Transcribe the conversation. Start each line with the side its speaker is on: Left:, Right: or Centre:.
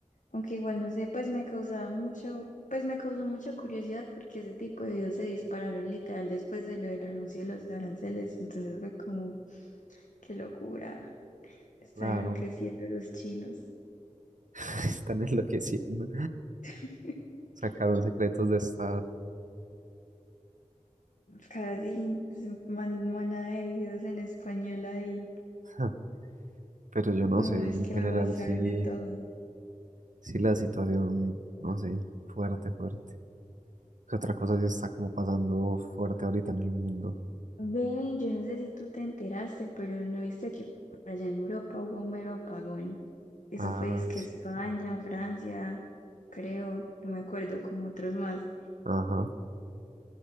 Left: Aunque igual no sé, pues me causaba mucho, pues me causó mucha curiosidad porque ese tipo de videos se dispararon literal después de lo del anuncio de los aranceles. Entonces fue como, qué locura, están
Right: Claro,
Left: enloqueciendo los chinos.
Right: <laughs> están enloqueciendo.
Left: <laughs>
Right: Sacaron secretos de estado.
Left: Casi pues, man- manada de videos en español ahí.
Right: <laughs> Pero yo no
Left: Mm,
Right: sé,
Left: es
Right: en
Left: que
Right: general
Left: me mostraron
Right: sí,
Left: de todo.
Right: sí la situación, no sé, fuerte, fuerte. ¿Qué otra cosa sí está como pasando fuerte ahorita en el mundo?
Left: Ve, yo no sé si tú te enteraste, pero no viste que por allá en Europa hubo un mero apagón. Eso
Right: Ah,
Left: fue que
Right: sí,
Left: España,
Right: sí.
Left: Francia, creo, no me acuerdo, como otros más.
Right: Ajá.